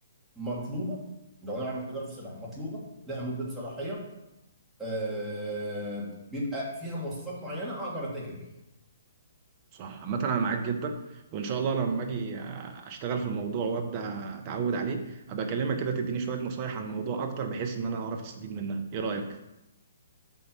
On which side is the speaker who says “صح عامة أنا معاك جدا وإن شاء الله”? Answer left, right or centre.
Right